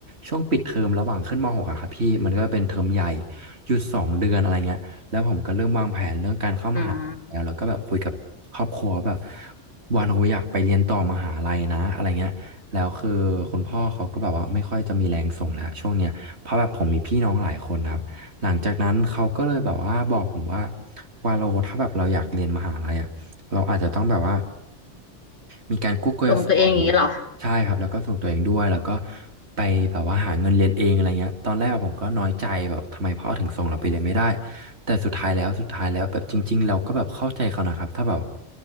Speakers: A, on the right; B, on the left.
A: ช่วงปิดเทอมระหว่างขึ้นมหกอะครับพี่มันก็เป็นเทอมใหญ่หยุดสองเดือนอะไรเงี้ยแล้วผมก็เริ่มวางแผนเรื่องการเข้ามหาลัยแล้วแล้วก็แบบคุยกับครอบครัวแบบ
B: ืม
A: ว่าเราอยากไปเรียนต่อมหาลัยนะอะไรเงี้ยแล้วคือคุณพ่อเขาก็แบบว่าไม่ค่อยจะมีแรงส่งแล้วช่วงเนี้ยเพราะแบบผมมีพี่น้องหลายคนนะครับหลังจากนั้นเขาก็เลยแบบว่าบอกผมว่าวาโลถ้าแบบเราอยากเรียนมหาลัยอะเราอาจจะต้องแบบว่ามีการกู้กยศหรือ
B: ตรงตัวเองอย่างนี้เหรอ
A: ใช่ครับแล้วก็ส่งตัวเองด้วยแล้วก็ไปแบบว่าหาเงินเรียนเองอะไรเงี้ยตอนแรกผมก็น้อยใจแบบทำไมพ่อถึงส่งเราไปเรียนไม่ได้แต่สุดท้ายแล้วสุดท้ายแล้วแบบจริงๆเราก็แบบเข้าใจเขานะครับถ้าแบบ